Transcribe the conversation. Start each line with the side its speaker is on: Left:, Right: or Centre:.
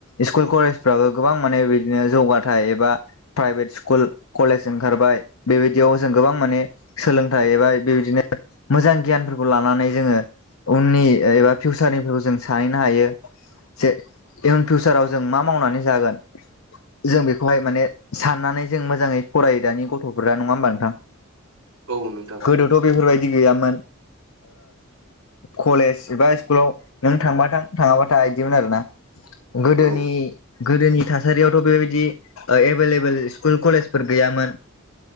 Left: सकुल कलेजफ्राबो गोबां माने बिदिनो जौगाथायाइ एबा प्राइभेट स्कुल कलेज ओंखारबाय बेबायदियाव जों गोबां माने सोलोंथाइ एबा बेबायदिनो मोजां गियानफोरखौ लानानै जोंङो उननि एबा फिउसारनिफोरखौ जों सानैहनो हायो जे इयुन फिउसाराव जों मा मा मावनानै जागोन जों बेखौहाय माने साननानै जों मोजांङै फरायो दानि गथ'फोरा नंङा होमबा नोंथां
Right: औ नोंथां
Left: गोदोथ' बेफोरबायदि गैयामोन कलेज एबा स्कुलाव नों थांबाथ थांङाबाथाया बिदिमोन आरो ना गोदोनि
Right: औ
Left: गोदोनि थासारियावथ' बेबायदि एभेलेब स्कुल कलेजफोर गैयामोन